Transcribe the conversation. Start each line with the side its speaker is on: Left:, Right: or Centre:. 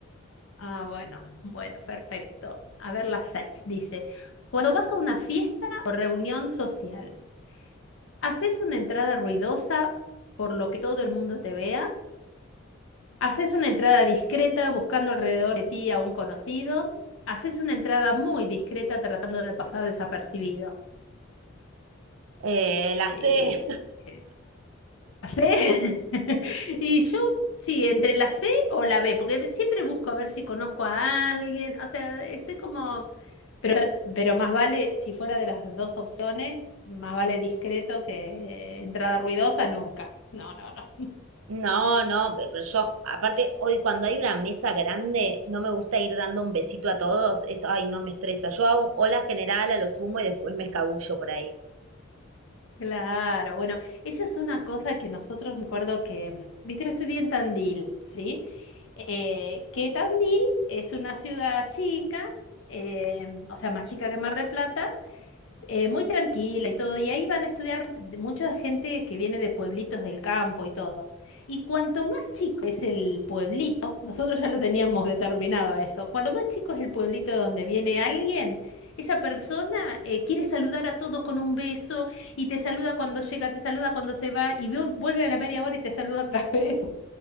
Left: Ah, bueno, bueno, perfecto. A ver, las seis dice, cuando vas a una fiesta o reunión social. Haces una entrada ruidosa por lo que todo el mundo te vea. Haces una entrada discreta buscando alrededor de ti a un conocido. Haces una entrada muy discreta tratando de pasar desapercibido.
Right: Eh, la C,
Left: Eh, eh, ¿la C? <laughs> Y yo, sí, entre la C o la B, porque siempre busco a ver si conozco a alguien. O sea, estoy como... Pero, tra- pero más vale, si fuera de las dos opciones, más vale discreto que entrada ruidosa nunca. No, no, no.
Right: No, no, pe- pero yo, aparte, hoy cuando hay una mesa grande, no me gusta ir dando un besito a todos. Eso, ay, no me estresa. Yo hago hola general a lo sumo y después me escabullo por ahí.
Left: Claro, bueno, esa es una cosa que nosotros me acuerdo que, mm, viste, yo estudié en Tandil, ¿sí? Eh, que Tandil es una ciudad chica, eh, o sea, más chica que Mar del Plata, eh, muy tranquila y todo, y ahí van a estudiar de- mucha gente que viene de pueblitos del campo y todo. Y cuanto más chico es el pueblito, nosotros ya lo teníamos determinado a eso, cuanto más chico es el pueblito de donde viene alguien, esa persona eh, quiere saludar a todos con un beso y te saluda cuando llega, te saluda cuando se va y vu- vuelve a la media hora y te saluda otra <laughs> vez.